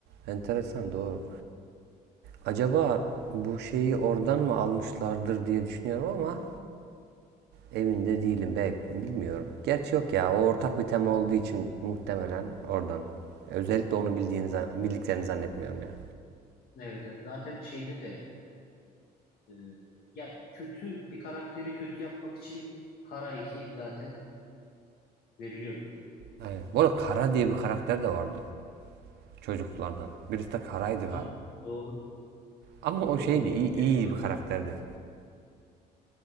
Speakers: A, on the right (about 80°); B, on the left (about 65°).
A: Enteresan doğru. Acaba bu şeyi oradan mı almışlardır diye düşünüyorum ama emin de değilim belki bilmiyorum. Gerçi yok ya o ortak bir tema olduğu için muhtemelen oradan. Özellikle onu bildiğini zan- bildiklerini zannetmiyorum yani.
B: Evet, evet. Zaten şeyde de Ee, ya kötü bir karakteri kötü yapmak için kara 2 zaten veriliyor bizde.
A: Aynen. Bu arada Kara diye bir karakter de vardı çocuklardan. Birisi de Kara'ydı
B: Ha,
A: galiba.
B: doğru
A: Ama o şeydi
B: doğru doğru
A: iyi,
B: bu Keloğlan'ın
A: iyi bir karakterdi.